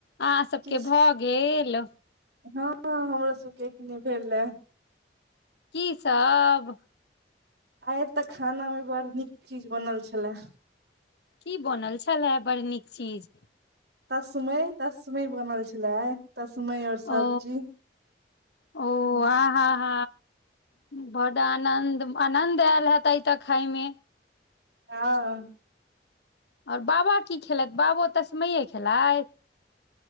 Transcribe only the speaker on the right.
किछ
हँ हमरो सबके एखने भेल
आइ तऽ खाना मे बड़ नीक चीज बनल छलए
तस्मै तस्मै बनल छलै आइ तस्मै और सब्जी
हँ
हँ